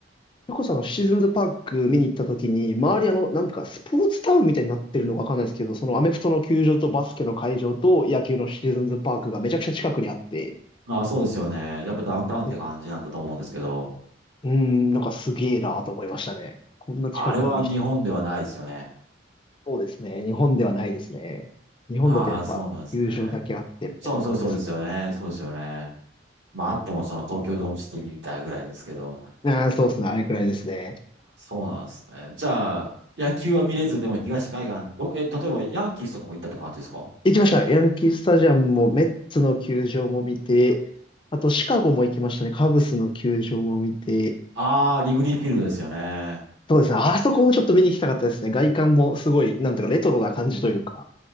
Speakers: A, on the left (about 25°); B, on the right (about 70°).
A: ゆこさん、シーズンズパーク見に行った時に、周りあの、なんとかスポーツタウンみたいになってるのかわかんないですけど、そのアメフトの球場とバスケの会場と野球のシーズンズパークがめちゃくちゃ近くにあって、
B: ああ、そうですよね。やっぱダウンタウンって感じなんだと思うんですけど。
A: でうーん、なんかすげえなと思いましたね。こんな近くに見して。
B: あれは日本ではないですよね。
A: そうですね。日本ではないですね。日本だとやっぱ球場だけあってみたいな感じです。
B: ああ、そうなんですね。そうそうそうですよね。そうですよね。まああってもその東京ドームシティみたいぐらいですけど。
A: ああ、そうですね。あれくらいですね。
B: そうなんですね。じゃあ、野球は見れず、でも東海岸、どえ、例えばヤンキースとかも行ったって感じですか
A: 行きました。ヤンキースタジアムもメッツの球場も見て、あとシカゴも行きましたね。カブスの球場も見て、
B: ああー、リグリーフィールドですよね。
A: そうですね。あそこもちょっと見に行きたかったですね。外観もすごい、なんとかレトロな感じというか。